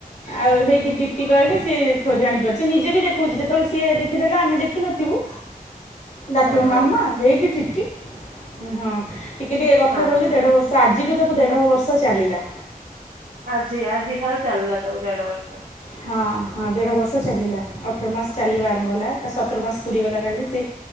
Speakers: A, on the left; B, on the right.
A: ଆଉ ସେଇ ଦି ଟିପ୍ତି କହିଲେ ସିଏ ଜାଣିପାରୁଛି ନିଜେ ବି ଦେଖଉଛି ଯେତେବେଳେ ସିଏ ଦେଖିଦେଲା ଆମେ ଦେଖିନଥିବୁ।
B: <inaudible>
A: ଡାକିବ
B: ହଁ
A: ମାମା ଏଇଠି ହଁ ଟିକେ ଟିକେ କଥା
B: ହଁ।
A: କହୁଛି ଦେଢ ବର୍ଷ ତ ଆଜିଠୁ ତାକୁ ଦେଢ଼ ବର୍ଷ ଚାଲିଲା।
B: ଆଜି ଆଜି ଥରେ ଚାଲିଲା ତାକୁ ଦେଢ ବର୍ଷ।
A: ହଁ ହଁ। ଦେଢ଼ ବର୍ଷ ଚାଲିଲା ଅଠର ମାସ ଚାଲିବା ଆରମ୍ଭ ହେଲା ସତର ମାସ ପୁରିଗଲା କାଲି ସେ